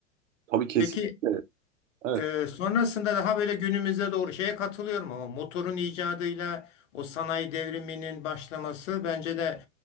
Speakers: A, on the right (about 80°); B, on the left (about 75°).
A: Tabii kesinlikle.
B: Peki
A: Evet.
B: e, sonrasında daha böyle günümüze doğru şeye katılıyorum ama motorun icadıyla o sanayi devriminin başlaması bence de